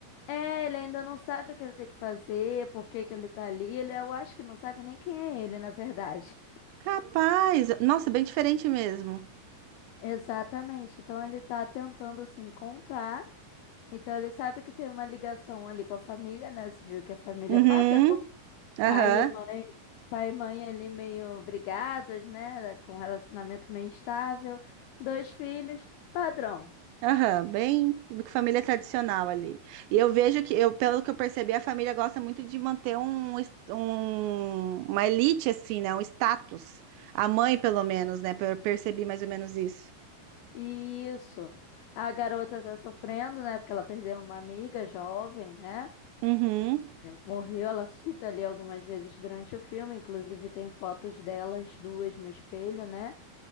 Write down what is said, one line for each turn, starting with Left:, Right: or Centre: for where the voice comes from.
Left: é, ele ainda não sabe o que ele tem que fazer, por que que ele tá ali. Ele, eu acho que não sabe nem quem é ele, na verdade.
Right: Capaz! Nossa, bem diferente mesmo.
Left: <laughs> Exatamente. Então ele tá tentando se encontrar. Então ele sabe que tem uma ligação ali com a família, né? Você viu que a família
Right: Uhum,
Left: é padrão.
Right: aham.
Left: Pai e mãe, pai e mãe ali meio brigados, né? Com um relacionamento meio estável. Dois filhos, padrão.
Right: Aham, bem família tradicional ali. E eu vejo que, eu, pelo que eu percebi, a família gosta muito de manter um, es- um- uma elite, assim, né? Um status. A mãe, pelo menos, né? Eu percebi mais ou menos isso.
Left: Isso. A garota tá sofrendo, né? Porque ela perdeu uma amiga jovem, né?
Right: Uhum,
Left: Morreu, ela cita ali algumas vezes durante o filme, inclusive tem fotos delas duas no espelho, né?